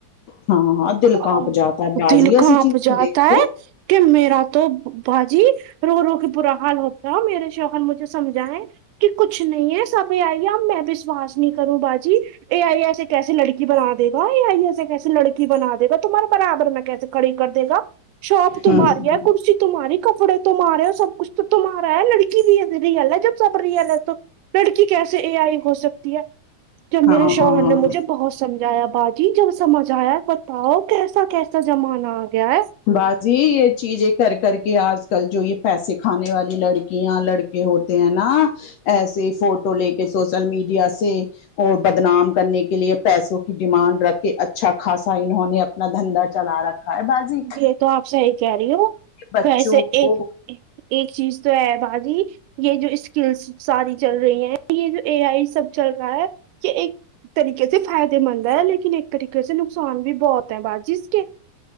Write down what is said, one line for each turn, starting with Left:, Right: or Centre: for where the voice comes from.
Left: ہاں ہاں دل
Right: آں
Left: کانپ جاتا ہے بازی
Right: دل
Left: ایسی
Right: کانپ
Left: چیزیں
Right: جاتا
Left: دیکھ کے
Right: ہے کہ میرا تو باجی رو رو کے برا حال ہوتا ہے میرے شوہر مجھے سمجھائے کہ کچھ نہیں ہے سب یہ آئیے میں ویشواس نہیں کروں باجی یہ اے ائی ایسے کیسی لڑکی بنا دے گا یا ایسے کیسے لڑکی بنا دے گا تمہارے برابر میں کیسے کھڑی کردے گا شاپ تمھاری
Left: ہاں
Right: ہے کرسی تمھاری کپڑے تمہارے ہے ہو سب کچھ تو تمہارا ہے لڑکی بھی ہے رئیل ہے جب سب رئیل ہے تو لڑکی کیسے اے ائی ہو سکتی ہے جب میرے
Left: ہاں
Right: شوہر
Left: ہاں
Right: نے مجھے بہت سمجھایا بات جی جب سمجھ آیا بتاؤ کیسا کیسا زمانہ آ گیا ہے
Left: باجی یہ چیزیں کر کر کے آج کل جو یہ پیسے کھانے والی لڑکیاں لڑکے ہوتے ہیں نا ایسے فوٹو لے کے سوشل میڈیا سے اور بدنام کرنے کے لیے پیسوں کی ڈیمانڈ رکھ کے اچھا خاصا انہوں نے اپنا دھندا چلا رکھا ہا ئے باجی
Right: یہ تو آپ صحیح کہہ رہی ہو
Left: بچوں
Right: ویسے
Left: کو
Right: ایک ایک چیز تو ہے باجی یہ جو سکلز ساری چل رہی ہے یہ جو اے آئی سب چل رہا ہے یہ ایک طریقت یہ فائدے مند ہے لیکن ایک طریقے سے نقصان بھی بہت ہے با جی اس کے